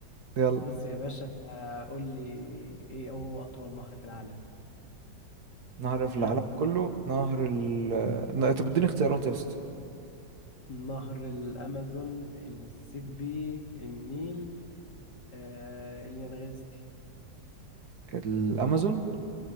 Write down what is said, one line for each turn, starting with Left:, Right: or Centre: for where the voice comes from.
Right: <laughs> يلا
Left: بص يا باشا آه، قول لي إيه هو أطول نهر في العالم؟
Right: نهر في العالم
Left: ها؟
Right: كله نهر ال نا- طب اديني اختيارات يا اسطى
Left: نهر الأمازون المسيسيبي النيل آه اليانغستي
Right: الأمازون